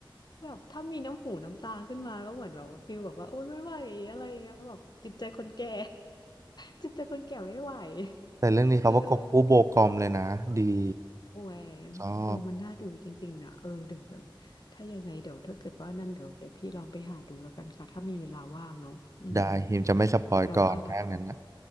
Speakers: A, on the left; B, on the right.
A: แบบถ้ามีน้ำหูน้ำตาขึ้นมาก็เหมือนแบบฟิลแบบว่าโอ๊ยไม่ไหวอะไรอย่างเงี้ยแบบจิตใจคนแก่ <laughs> จิตใจคนแก่ไม่ไหว
B: แต่เรื่องนี้เขาประกบคู่โบกอมเลยนะดี
A: เออโอ้ย
B: ชอบ
A: เออมันน่าดูจริงๆนะเออเดี๋ยวเดี๋ยวถ้ายังไงเดี๋ยวถ้าเกิดว่านั่นเดี๋ยวเดี๋ยวพี่ลองไปหาดูแล้วกันค่ะถ้ามีเวลาว่างเนาะอืม
B: ได้ฮิมจะไม่สปอยก่อนถ้างั้นนะ
A: แต่ว่า